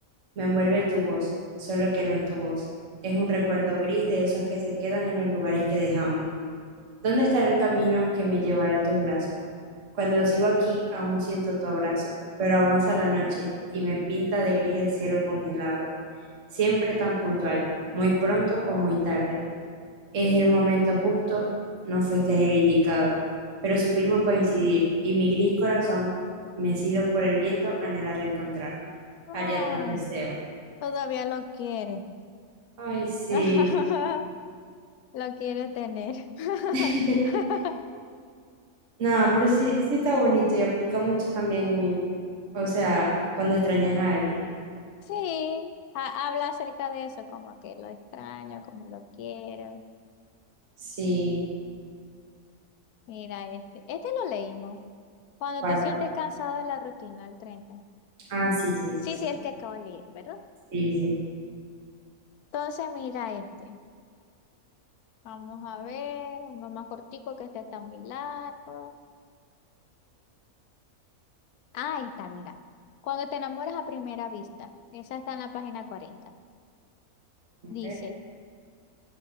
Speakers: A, on the right; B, on the left.
A: Me envuelve tu voz, solo que no es tu voz. Es un recuerdo gris de esos que se quedan en los lugares que dejamos. ¿Dónde estará el camino que me llevará a tus brazos? Cuando sigo aquí, aún siento tu abrazo, pero avanza la noche y me pinta de gris el cielo congelado, siempre tan puntual, muy pronto o muy tarde. Es el momento justo, no fuiste el indicado, pero supimos coincidir y mi gris corazón, mecido por el viento, anhela reencontrarnos.
B: Ah,
A: Ariadno Teseo.
B: todavía lo quiere.
A: Ay, sí.
B: <laughs> Lo quiere tener.
A: <laughs>
B: <laughs>
A: No,
B: Ah,
A: pero sí, sí está bonito y aplica mucho también, en- o sea, cuando extrañas a alguien.
B: sí, ha- habla acerca de eso, como que lo extraño, como lo quiero.
A: Sí,
B: Mira, este, este lo leímos. Cuando
A: para.
B: te sientes cansado de la rutina, el 30.
A: Ah, sí, sí, sí,
B: Sí,
A: sí.
B: sí, el que acabo de leer, ¿verdad?
A: Sí, sí.
B: Entonces, mira este. Vamos a ver, uno más cortico que este está muy largo. Ah, ahí está, mira. Cuando te enamoras a primera vista, esa está en la página 40.
A: A
B: Dice,
A: ver.